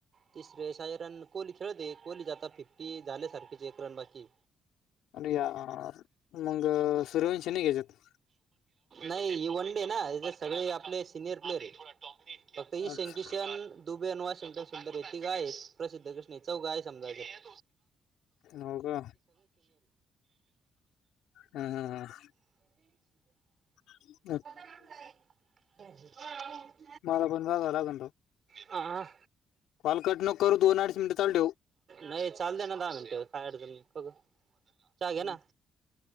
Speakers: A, on the right (about 50°); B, on the left (about 85°).
A: तिसरे सहा -रन कोली खेळते कोली आता फिफ्टी झाल्या सारखेचे एक रन बाकी
B: अरे यार, मग सूर्यवंश नाही का याच्यात?
A: नाही हे वन -डे ना त्याच्यात सगळे आपले सिनियर प्लेअर आहेत. फक्त हे
B: अच्छा
A: शंकेश्वर दुबे आणि वॉशिंग्चा फिल्डर आहे ती गाय प्रसिद्ध कृष्ण चौघ आहे समजायचं.
B: हो का हम्- हम्म- हम्.
A: ए <unintelligible>
B: ह <unintelligible>
A: <unintelligible>
B: मला पण जागाव लागल तेव्हा.
A: आ.
B: कॉल कट नको करू, दोन अडीच मिनिट चालू ठेव.
A: नाही चालुदे ना दहा मिनिट काही अडचण नाही चहा घ्या
B: हम्म.
A: ना.